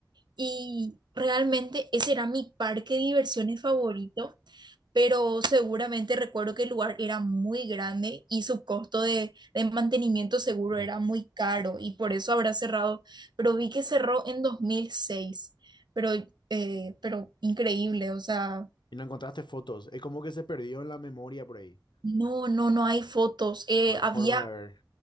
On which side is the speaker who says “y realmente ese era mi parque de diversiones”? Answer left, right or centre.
Right